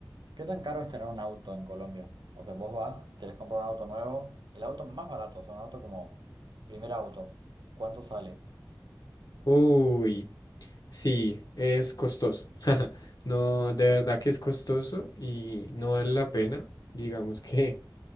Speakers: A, on the right (about 85°); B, on the left (about 60°).
A: ¿qué tan caro es tener un auto en Colombia? O sea, vos vas, querés comprar un auto nuevo, el auto más barato, o sea, un auto como primer auto, ¿cuánto sale?
B: Uy, sí, es costoso. <laughs> No, de verdad que es costoso y no vale la pena. Digamos que,